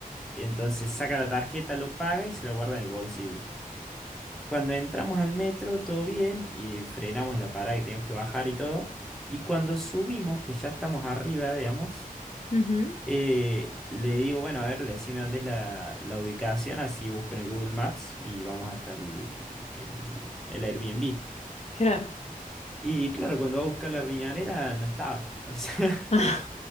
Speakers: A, in the centre; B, on the left.
A: entonces saca la tarjeta, lo paga y se la guarda en el bolsillo. Cuando entramos al metro, todo bien, y frenamos en la parada y teníamos que bajar y todo. Y cuando subimos, que ya estamos arriba, digamos,
B: Ujú,
A: eh, le digo, bueno, a ver, decime dónde es la, la ubicación, así busco en el Google Maps y vamos hasta el, el, el Airbnb.
B: Claro.
A: Y claro, cuando va a buscar la riñonera no estaba, o sea,
B: <laughs>